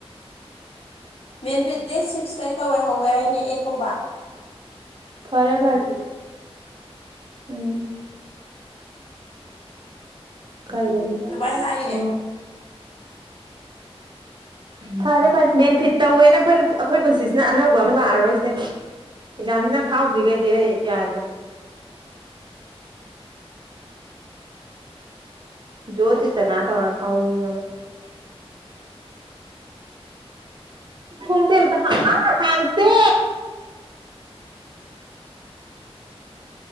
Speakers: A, on the left; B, on the right.
A: ꯃꯦꯟ ꯐꯤꯠ ꯗꯦꯠ ꯁꯤꯛꯁꯇꯩ ꯇꯧꯋꯦ ꯍꯧꯋꯦ ꯍꯥꯏꯅꯦ ꯑꯦꯠ ꯐꯥꯎꯕ
B: ꯐꯔꯦ ꯐꯔꯦ ꯎꯝ ꯀꯥꯏꯗꯒꯤ ꯑꯣ
A: ꯑꯗꯨꯃꯥꯏꯅ ꯍꯥꯏꯌꯦ
B: ꯐꯔꯦ ꯐꯔꯦ ꯃꯦꯟꯐꯤꯠ ꯇꯧꯋꯦꯅ ꯑꯩꯈꯣꯏꯅ ꯑꯩꯈꯣꯏ ꯄꯨꯟꯁꯤꯁꯤꯅ ꯑꯅꯧꯕ ꯑꯃ ꯂꯥꯛꯑꯔꯣꯏꯁꯦ ꯑꯦꯛꯖꯥꯝꯁꯤꯅ ꯐꯥꯎꯗ꯭ꯔꯤꯒꯩꯗꯤ ꯑꯩ ꯌꯥꯗ꯭ꯔꯦ ꯖꯣꯔ ꯖꯤꯇꯅ ꯇꯧꯔ ꯐꯥꯎꯅꯤꯡꯉꯕꯅꯦ ꯊꯣꯡꯁꯦ ꯑꯝꯇ ꯍꯥꯡ ꯑꯥ ꯍꯥꯡꯁꯦ